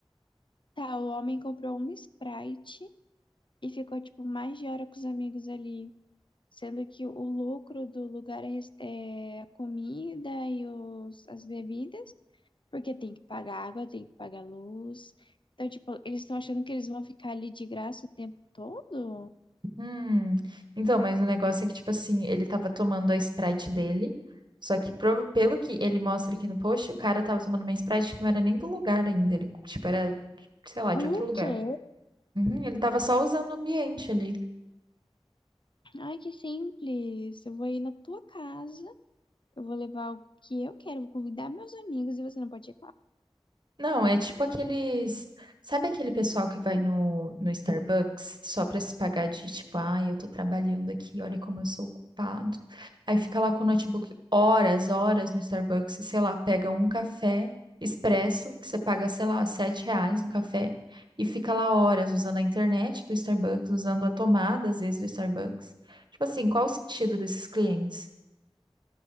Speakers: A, on the left; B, on the right.
A: Tá, o homem comprou uma Sprite e ficou, tipo, mais de hora com os amigos ali. Sendo que o lucro do lugar é, res- é a comida e os, as bebidas, porque tem que pagar água, tem que pagar luz. Então, tipo, eles estão achando que eles vão ficar ali de graça o tempo todo?
B: Hum. Então, mas o negócio é que, tipo assim, ele tava tomando a Sprite dele. Só que, prova- pelo que ele mostra aqui no post, o cara tava tomando uma Sprite que não era nem do lugar ainda. Ele, tipo, era, sei lá,
A: O
B: de outro lugar.
A: quê?
B: Uhum, ele tava só usando o ambiente ali.
A: Ai, que simples. Eu vou ir na tua casa. Eu vou levar algo que eu quero, vou convidar meus amigos e você não pode ir, claro.
B: Não, é tipo aqueles. Sabe aquele pessoal que vai no, no Starbucks só pra se pagar de tipo, ah, eu tô trabalhando aqui, olha como eu sou ocupado. Aí fica lá com o notebook horas, horas no Starbucks e sei lá, pega um café expresso, que você paga, sei lá, sete reais no café, e fica lá horas usando a internet do Starbucks, usando a tomada, às vezes, do Starbucks. Tipo assim, qual o sentido desses clientes?